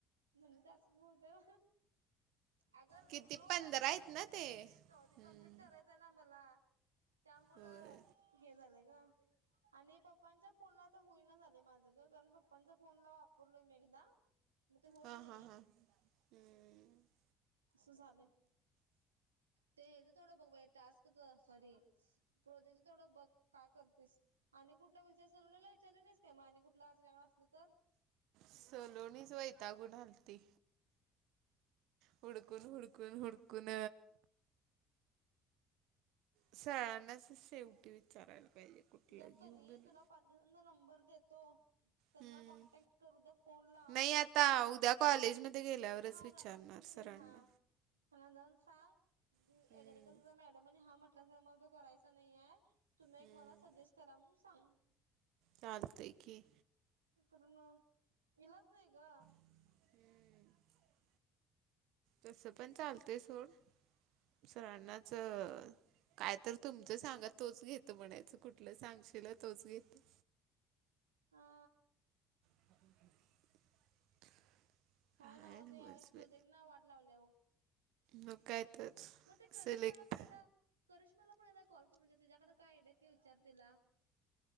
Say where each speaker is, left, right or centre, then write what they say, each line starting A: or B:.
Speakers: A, on the right; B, on the right.
A: म्हणजे तस होतय. अग
B: किती
A: लोन लोड
B: पंधरा
A: आले
B: आहेत
A: माझ्या
B: ना
A: मध्ये
B: ते
A: आधी कंप्लीट
B: हम्म
A: करायचंय ना मला. त्यामुळं
B: होय
A: हे झालंय ग. आणि पप्पांच्या फोनला तर बोलन झाले माझं ग कारण पप्पांच्या फोनला, करलोय मी एकदा मग ते होत
B: हा
A: नाहीये.
B: हा हा हम्म <inaudible>
A: अस झालंय ते हेज तेवढं बघ टास्क सॉरी. प्रोजेक्ट थोडं बघ काय करतेस. आणि कुठला विचय सलवडयला विचारले नाहीस काय मग आणि कुठलं आच्या असलं तर.
B: सलोणीच वैतागून गेलती. हूडकून हुडकून हुडकून सहण्यासच शेवटी विचारायला पाहिजे. कुठलं
A: गप
B: घेऊ
A: कनी
B: म्हणून
A: तुला <unintelligible> नंबर देतो त्यांना
B: हम्म
A: कॉन्टॅक्ट करू द फोनला
B: नाही
A: आणि सर
B: आता
A: म्हणा
B: उद्या कॉलेजमध्ये गेल्यावरच
A: हा
B: विचारणार
A: <unintelligible> की
B: सरांना
A: हा त्यांना जाऊन सांग एग्रिकल्चरचा
B: हम्म
A: मॅडम आणि हा म्हटला सर मला तो करायचा नाहीेये तुम्ही एक
B: हम्म
A: मला सजेस्ट करा म्हणून सांग.
B: चालतंय की,
A: करून मग इलाज नाही ग.
B: हम्म तसं पण चालतय सोड सरांनाच काय तर तुमचं सांगा तोच घेतो म्हणायचं कुठलं सांगशील तोच घेतो.
A: हा
B: <unintelligible>
A: हा
B: काय
A: ना अस
B: नव्हच
A: यावेळेस प्रोजेक्टला
B: बाई
A: वाट लावल्या बग.
B: मग काय तर
A: मग ते करिश्माला
B: सिलेक्ट
A: पण एकदा करिश्माला पण एकदा कॉल म्हणजे तीझ्याकडे काय आयडिया आहेत का ते विचारला तीला.